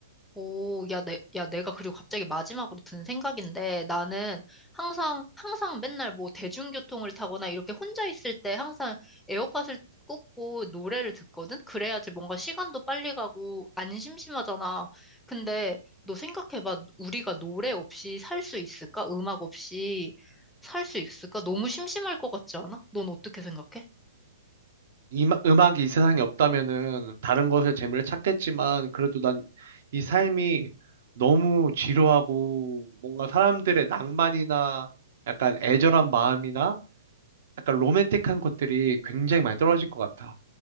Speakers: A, in the centre; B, on the right.
A: 오, 야, 내, 야, 내가 그리고 갑자기 마지막으로 든 생각인데 나는 항상, 항상 맨날 뭐 대중교통을 타거나 이렇게 혼자 있을 때 항상 에어팟을 꽂고 노래를 듣거든? 그래야지 뭔가 시간도 빨리 가고 안 심심하잖아. 근데 너 생각해봐. 우리가 노래 없이 살 수 있을까? 음악 없이 살 수 있을까? 너무 심심할 것 같지 않아? 넌 어떻게 생각해?
B: 이마- 음악이 이 세상에 없다면은 다른 것에 재미를 찾겠지만 그래도 난 이 삶이 너무 지루하고 뭔가 사람들의 낭만이나 약간 애절한 마음이나 약간 로맨틱한 것들이 굉장히 많이 떨어질 것 같아.